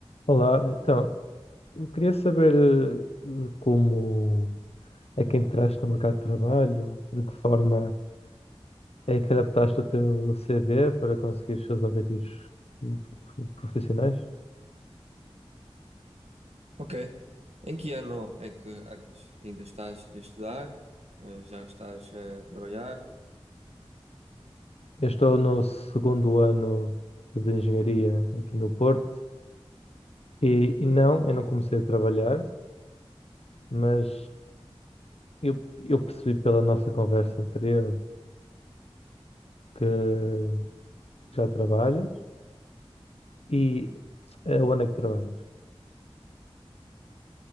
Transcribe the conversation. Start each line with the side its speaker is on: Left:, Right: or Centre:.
Left: Olá, então, eu queria saber eh, de como é que entraste no mercado de trabalho, de que forma é que adaptaste o teu CV para conseguir os seus objetivos hum, profissionais.
Right: Ok. Em que ano é que andas? Ainda estás a estudar? Eh, Já estás a trabalhar?
Left: Eu estou no segundo ano de engenharia aqui no Porto e, e não, eu não comecei a trabalhar, mas eu, eu percebi pela nossa conversa anterior que já trabalhas e eh, onde é que trabalhas?